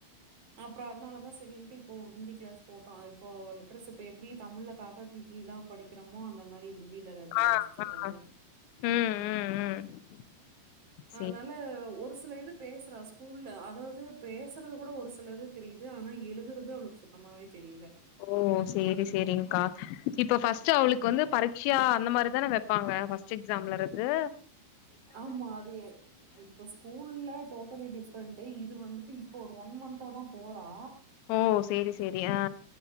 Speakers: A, on the right (about 40°); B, on the left (about 80°).
A: அப்றோ அதனாலதா செரின்ட்டு இப்போ ஹிந்தி க்ளாஸ் போட்டோ அ இப்போ லெட்டர்ஸ் இப்ப எப்டி தமிழ்ல க, கா, கி, கீ எல்லா படிக்கிறமோ அந்த மாரி ஹிந்தில வ இப்ப
B: ஆ
A: படிச்சிட்ருக்காங்க
B: ஆ ம் ம் ம்
A: அதனால
B: சேரி
A: ஒரு சில இது பேஸ்றா ஸ்கூல்ல அதாவ்து பேசறது கூட ஒரு சிலது தெரியிது ஆனா எழுதுறது அவளுக் சுத்தமாவே தெரீல
B: ஓ சேரி சேரிங்க்கா இப்ப ஃபஸ்ட் அவளுக் வந்து பரிட்சையா அந்த மாரி தான வெப் பாங்க ஃபஸ்ட் எக்ஸாம்லருந்து
A: ஆமா அது எ இப்போ ஸ்கூல்ல டோட்டலி டிஃப்ரெண்ட்டு இது வந்துட்டு இப்போ ஒரு ஒன் மன்த்தா தா போறா
B: ஓ சேரி சேரி ஆ